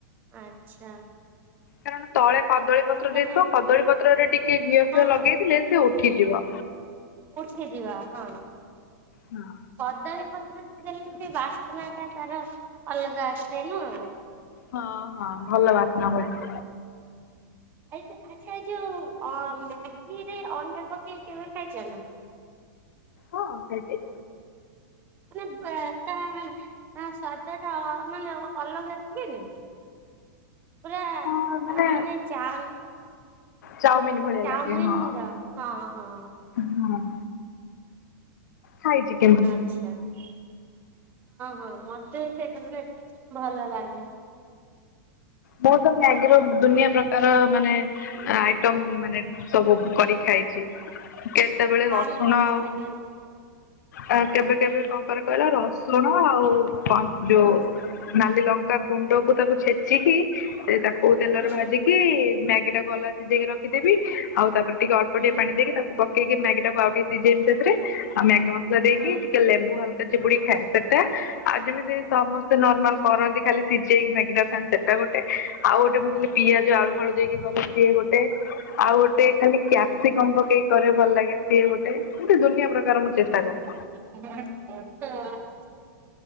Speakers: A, on the right; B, on the left.
A: ଆଛା।
B: କାରଣ ତଳେ କଦଳୀ ପତ୍ର
A: ତମେ
B: ଦେଇଥିବ କଦଳୀ ପତ୍ରରେ ଟିକେ ଘିଅ ଫିଅ
A: ହଁ
B: ଲଗେଇଥିଲେ
A: ହଁ
B: ସେ ଉଠିଯିବ।
A: ଉଠିଯିବ ହଁ।
B: ହୁଁ।
A: କଦଳୀ ପତ୍ରରେ ଦେଲେ ବି ବାସ୍ନା ଟା ତାର ଅଲଗା ଆସେ ନା।
B: ହଁ, ହଁ ଭଲ ବାସ ନ ହୁଏ।
A: ଆ ଆଚ୍ଛା ଯୋଉ ଅ ମ୍ୟାଗିରେ ଅଣ୍ଡା ପକେଇ କେବେ ଖାଇଛ ନା?
B: ହଁ ଖାଇଚି।
A: ମାନେ ତା ତା ସ୍ଵାଦ ଟା ମାନେ ଅଲଗା ଲାଗେନି। <inaudible>
B: ହଁ ମାନେ
A: ଆ ଚାଉ
B: ଚାଉମିନ ଭଳିଆ
A: ଚାଉମିନ
B: ଲାଗେ ହଁ
A: ର ହଁ ହଁ
B: ହଁ। ଖାଇଜି।
A: ଆଚ୍ଛା ହଁ, ହଁ ମତେ ବି ସେ <unintelligible> ଭଲ ଲାଗେ।
B: ବହୁତ ମ୍ୟାଗିର ଦୁନିଆ ପ୍ରକାର ମାନେ ଆଇଟମ ମାନେ ସବୁ କରି ଖାଇଛି। ସେତେବେଳେ
A: କଣ
B: ରସୁଣ
A: କଣ
B: ଆଉ
A: କହିଲେ
B: ଆ କେବେ କେବେ କଣ କରେ କହିଲ ରସୁଣ ଆଉ କ ଯୋଉ
A: ହଁ
B: ନାଲି ଲଙ୍କା ଗୁଣ୍ଡକୁ ତାକୁ ଛେଚିକି ସେ ତାକୁ କଉ ତେଲରେ
A: ହୁଁ
B: ଭାଜିକି ମ୍ୟାଗି ଟା କୁ ଅଲଗା ସିଝେଇକି ରଖିଦେବି ଆଉ ତାପରେ ଟିକେ ଅଳ୍ପ
A: ହୁଁ
B: ଟିକେ ପାଣି ଦେଇକି ତାକୁ ପକେଇ କି ମ୍ୟାଗି ଟାକୁ ଆଉ ଟିକେ ସିଝେଇବି ତାଥିରେ ଆଉ ମ୍ୟାଗି ମସ ଦେଇକି
A: ହଁ।
B: ଟିକେ ଲେମ୍ବୁ ହାଲକା ଚିପୁଡି ଖାଏ ସେଟା ଆଉ ଯେମିତି ସମସ୍ତେ ନର୍ମାଲ କରନ୍ତି ଖାଲି ସିଝେଇକି ମ୍ୟାଗି ଟାକୁ ଖାନ୍ତି ସେଟା ଗୋଟେ ଆଉ ଗୋଟେ ମୁଁ ଖାଲି ପିଆଜ ଆଳୁ ଫାଳୁ ଦେଇକି କରେ ସିଏ ଗୋଟେ। ଆଉ ଗୋଟେ ଖାଲି କ୍ୟାପସିକମ୍ ପକେଇ କରେ ଭଲ ଲାଗେ ସିଏ ଗୋଟେ ମତେ ଦୁନିଆ ପ୍ରକାର ମୁଁ ଚେଷ୍ଟା କରେ।
A: ହ ହଁ।